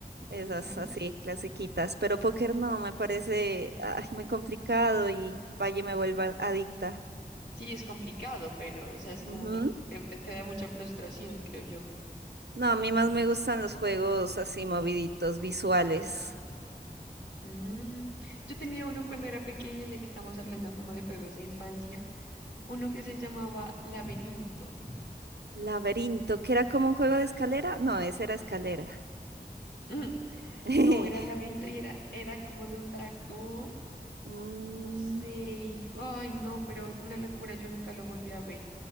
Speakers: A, on the right; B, on the left.
A: esas
B: Ujú.
A: así, clasiquitas. Pero póker no, me parece ay, muy complicado y vaya me vuelva adicta.
B: Sí, es complicado, pero, o sea, es como
A: Ujú.
B: que te, te da mucha frustración, creo yo.
A: No, a mí más me gustan los juegos así moviditos, visuales.
B: Mm, Yo tenía uno cuando era pequeña, ya que estamos hablando como de juegos de infancia, uno que se llamaba Laberinto.
A: Laberinto, que era como un juego de escalera. No, ese era escalera.
B: <laughs>
A: <laughs>
B: No, era el laberinto y era, era como de un dragón,
A: Mm,
B: no sé, y- ay no, pero una locura, yo nunca lo volví a ver.